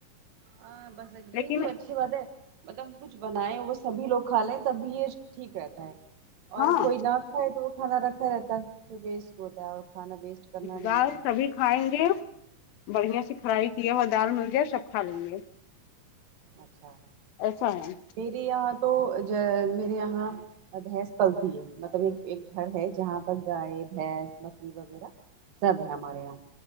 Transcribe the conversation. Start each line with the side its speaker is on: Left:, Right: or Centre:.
Right: ہاں بس یہی
Left: لیکن
Right: تواچھا اچھی بات ہے مطلب ہم کچھ بنائیں وہ سبھی لوگ کھا لیں تب بھی یہ ٹھیک رہتا ہے اور
Left: ہاں
Right: کوئی نہ کھائے تو وہ کھانا رکھا رہتا ہے تو ویسٹ ہوتا ہے اور کھانا ویسٹ کرنا نہیں
Left: دال
Right: چاہیے
Left: سبھی کھائیں گے بڑھیا سے فرائی یہاں دال مل جائے سب کھا لیں گے
Right: اچھا
Left: ایسا ہے
Right: میرے یہاں تو جوہے میرے یہاں اور بھینس پلتی ہے مطلب ایک ایک گھر ہے جہاں پر گائے بھینس بکری وغیرہ سب ہے ہمارے یہاں